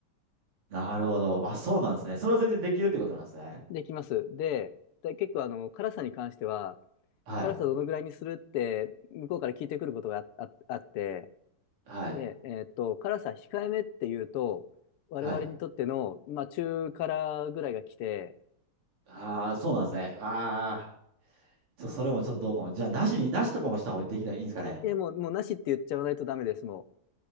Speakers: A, on the right; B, on the left.
A: なるほど。あ、そうなんですね。それは全然できるってことなんですね。
B: できます。で、で結構あの、辛さに関しては、
A: はい。
B: 辛さどのぐらいにするって、向こうから聞いてくることがあ、あ、あって、
A: はい。
B: で、えーっと、辛さ控えめっていうと、我々にとっての、
A: はい。
B: まあ、中辛ぐらいが来て、
A: ああ、そうなんですね。ああ、ちょ、それもちょっとどうかも。じゃあ、なしに、なしとかもした方ができない、
B: はい、も
A: いいんですかね。
B: う、いや、もう、もうなしって言っちゃわないとダメです、も